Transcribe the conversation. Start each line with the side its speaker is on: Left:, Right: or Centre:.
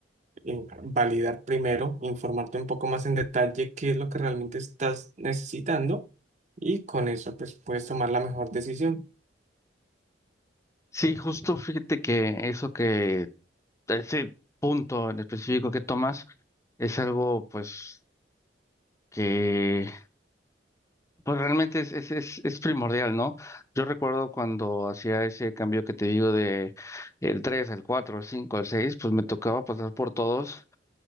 Right: eh, validar primero, informarte un poco más en detalle qué es lo que realmente estás necesitando y con eso pues puedes tomar la mejor decisión.
Left: Sí, justo fíjate que eso que, ese punto en específico que tomas es algo, pues, que pues realmente es, es, es, es primordial, ¿no? Yo recuerdo cuando hacía ese cambio que te digo de el 3 al 4 al 5 al seis pues me tocaba pasar por todos